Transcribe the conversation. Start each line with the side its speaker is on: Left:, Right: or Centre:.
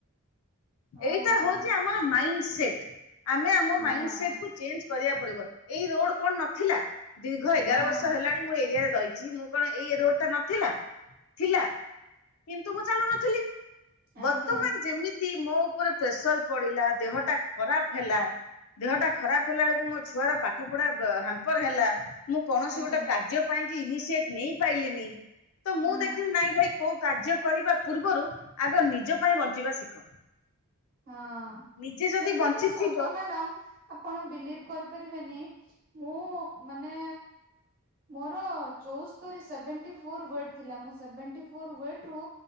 Left: <inaudible>
Right: ଓହୋ
Left: ଏଇଟା ହଉଛି ଆମର ମାଇଣ୍ଡ ସେଟ୍ ଆମେ ଆମ
Right: ହଁ
Left: ମାଇଣ୍ଡ ସେଟ୍ କୁ ଚେଞ୍ଜ କରିଆକୁ ପଡିବ। ଏଇ ରୋଡ କଣ ନଥିଲା ଦୀର୍ଘ ଏଗାର
Right: ହଁ
Left: ବର୍ଷ ହେଲାଣି ମୁଁ ଏ ଏରିଆ ରହିଛି ମୁଁ କଣ ଏଇ ରୋଡ ଟା ନଥିଲା ଥିଲା କିନ୍ତୁ ମୁଁ ଚାଲୁ ନଥିଲି ବର୍ତ୍ତମାନ
Right: ଆଜ୍ଞା
Left: ଯେମିତି ମୋ ଉପରେ ପ୍ରେସର ପଡିଲା ଦେହଟା ଖରାପ ହେଲା ଦେହଟା ଖରାପ ହେଲା ବେଳକୁ ମୋ ଛୁଆର ପାଠ ପଢା ହମ୍ପର ହେଲା। ମୁଁ କୌଣସି
Right: ଆଜ୍ଞା।
Left: ଗୋଟେ କାର୍ଯ୍ୟ ପାଇଁ ଇନସିଏଟ ନେଇ ପାଇିଲିନି ତ ମୁଁ
Right: ହଁ
Left: ଦେଖିଲି ନାଇଁ ଭାଇ କୋଉ କାର୍ଯ୍ୟ କରିବା ପୂର୍ବରୁ ଆଗ ନିଜ ପାଇଁ ବଞ୍ଚିବା ଶିଖ।
Right: ହଁ
Left: ନିଜେ ଯଦି
Right: ସେଇଟା
Left: ବଞ୍ଚିଥିବ
Right: ତ ସତ ମ୍ୟାଡ଼ମ୍ ଆପଣ ବିଲିଭ କରିପାରିବେନି ମୁଁ ମାନେ ମୋର ଚଉସ୍ତରି ସେଭେଣ୍ଟୀ ଫୋର ୱେଟ୍ ଥିଲା ମୁ ସେଭେଣ୍ଟୀ ଫୋର ୱେଟ୍ ରୁ